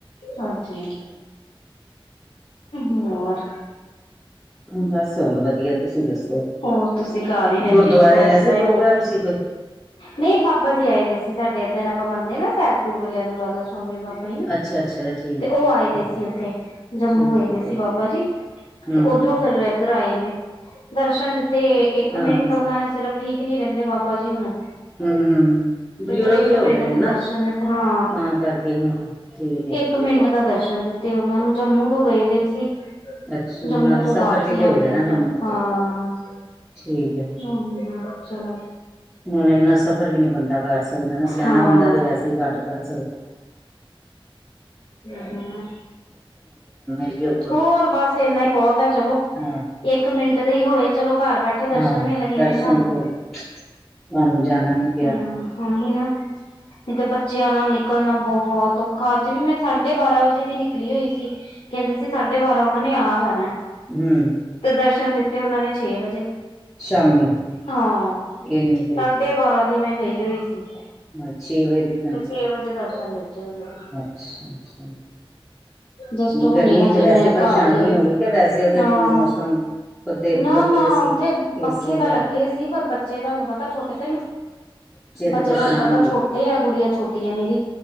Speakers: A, on the left; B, in the centre.
A: ਹਾਂਜੀ ਹੋਰ।
B: ਬਸ ਹੋਰ ਵਧੀਆ ਤੁਸੀਂ ਦੱਸੋ,
A: ਹੋਰ ਤੁਸੀਂ ਘਰ ਹੀ ਰਹਿੰਦੇ
B: ਗੁਰਦੁਆਰੇ
A: ਹਾਊਸ
B: ਵੈਸੇ
A: ਵਾਈਫ?
B: ਪ੍ਰੋਗਰਾਮ ਸੀ ਕੋਈ।
A: ਨਹੀਂ ਬਾਬਾ ਜੀ ਆਏ ਨੇ ਸੀ ਸਾਡੇ ਇੱਧਰ ਆਪਾਂ ਮੰਨਦੇ ਨਾ ਸੈਦਪੁਰ ਵਾਲੇਆਂ ਨੂ ਰਾਧਾ ਸਵਾਮੀ ਬਾਬਾ
B: ਅੱਛਾ ਅੱਛਾ ਠੀਕ
A: ਤੇ
B: ਹੈ
A: ਓ ਆਏ
B: ਠੀਕ
A: ਦੇ ਸੀ
B: ਹੈ
A: ਐਥੇ ਜੰਮੂ
B: ਠੀਕ
A: ਵੇਲੇ
B: ਹੈ
A: ਸੀ ਬਾਬਾ ਜੀ।
B: ਹਮ
A: ਤੇ
B: ਹਮ
A: ਓਧਰੋਂ
B: ਹਮ
A: ਫੇਰ ਐੱਧਰ ਆਏ ਨੇ ਦਰਸ਼ਨ ਦਿ ਤੇ ਇੱਕ
B: ਹਾਂ
A: ਮਿੰਟ
B: ਹਮ
A: ਉਨਾਂ ਨੇ ਸਿਰਫ ਠੀਕ ਨੀ ਰੈਹੰਦੇ ਬਾਬਾ ਜੀ ਹੁਣ।
B: ਹਮ ਹਮ
A: ਤੇ
B: ਬਜ਼ੁਰਗ
A: ਫੇਰ ਇੱਕ
B: ਜੇ ਹੋ
A: ਮਿੰਟ
B: ਗਏ ਨੇ
A: ਦੇ
B: ਨਾ
A: ਦਰਸ਼ਨ ਦੀਤੇ ਹਾਂ।
B: ਤਾਂ ਕਰਕੇ ਹੁਣ, ਠੀਕ ਏ।
A: ਇੱਕ ਮਿੰਟ ਦਾ ਦਰਸ਼ਨ ਦਿੱਤੇ ਉਹਨਾਂ ਨੂੰ ਜੰਮੂ ਤੋਂ ਗਏ ਦੇ ਸੀ।
B: ਅੱਛਾ
A: ਜੰਮੂ
B: ਨਾਲੇ
A: ਤੋਂ
B: ਸਫ਼ਰ
A: ਵਾਪਸੀ
B: ਵੀ ਤੇ
A: ਆਂਦੇ
B: ਹੋ ਗਿਆ
A: -ਆਂਦੇ
B: ਨਾ ਲੰਬਾ
A: ਹਾਂ।
B: ਠੀਕ ਹੈ
A: <unintelligible> ਚਲੋਂ
B: ਹੁਣ ਏਨਾਂ ਸਫ਼ਰ ਵੀ ਨੀ ਬੰਦਾਂ ਕਰ ਕੋਲ਼ ਰਹਿਣਾ, ਸਿਆਣਾਂ
A: ਹਾਂ।
B: ਬੰਦਾਂ ਤੇ ਵੈਸੇ ਹੀ ਘੱਟ ਕਰ ਸਕਦਾਂ
A: ਹ
B: ਇਹ ਬਹੁਤ
A: ਹੋਰ ਬਸ ਏਨਾਂ ਹੀ ਬਹੁਤ ਆ ਚਲੋਂ
B: ਹਾਂ
A: ਇੱਕ ਮਿੰਟ ਦੇ ਹੀ ਹੋਏ, ਚਲੋਂ ਘਰ ਬੈਠੇਂ ਦਰਸ਼ਨ
B: ਹਾਂ
A: ਮਿਲ਼ ਗਏ
B: ਦਰਸ਼ਨ
A: ਨੇਂ ਸਾਂਨੂੰ
B: ਤੇ ਹੋ ਗਏ ਤੁਹਾਨੂੰ ਜਾਣਾ ਨੀ ਪਿਆ
A: ਹਮ ਉਹੀ ਨਾ, ਨਹੀ ਤਾਂ ਬੱਚਿਆਂ ਨਾਲ਼ ਨਿ ਨਿਕਲਣਾ ਬਹੁਤ ਔਖਾਂ, ਅੱਜ਼ ਵੀ ਮੈਂ ਸਾਢੇ ਬਾਰਾਂ ਵਜੇ ਦੀ ਨਿਕਲੀ ਹੋਈ ਸੀ, ਕਹਿੰਦੇ ਸੀ ਸਾਢੇ ਬਾਰਾਂ ਉਹਨਾ ਨੇ ਆ ਜਾਣਾਂ।
B: ਹੂੰ।
A: ਤੇ ਦਰਸ਼ਨ ਦਿੱਤੇ ਓਹਨਾਂ ਨੇ ਛੇ ਵਜ਼ੇ,
B: ਸ਼ਾਮੀ
A: ਹਾਂ ਸਾ
B: ਇੰਨੀ ਦੇਰ
A: ਸਾਢੇ ਬਾਰਾਂ ਦੀ ਮੈਂ ਗਈ ਹੋਈ ਸੀਂ।
B: ਹਾਂ ਛੇ ਵਜੇ ਤੀਕਣ
A: ਛੇ ਵਜ਼ੇ ਦਰਸ਼ਨ ਦਿੱਤੇ ਓਹਨਾਂ ਨੇ
B: <inaudible>
A: ਜਸਟ ਹੁਣੇ
B: ਗਰਮੀ
A: ਹਜੇ
B: ਤੇ ਵੈਸੇ
A: ਮੈਂ
B: ਪਰੇਸ਼ਾਨੀ
A: ਘਰ ਹੀ ਆਈਂ,
B: ਹੋ ਗਈ ਕਿ ਵੈਸੇ ਉਹਦੇ
A: ਹਾਂ
B: ਮੌਸਮ ਉੱਥੇ ਲੱਗੇ
A: ਨਾ- ਨਾ
B: ਹੋਏ ਸੀ
A: ਉੱਥੇ ਪੱਖੇ
B: ਏਸੀ ਵਗੈਰਾ
A: ਤਾਂ ਲੱਗੇ ਸੀ, ਪਰ ਬੱਚੇ ਤੁਹਾਂਨੂੰ ਪਤਾਂ ਛੋਟੇ ਸੀ ਬੱਚੇ
B: ਤੇ ਪਰੇਸ਼ਾਨ
A: ਤੁਹਾਂਨੂੰ ਪਤਾਂ
B: ਹੋਈ
A: ਛੋਟੇ
B: ਜਾਂਦੇ
A: ਆ, ਗੁੜੀਆਂ ਛੋਟੀ ਆ ਮੇਰੀ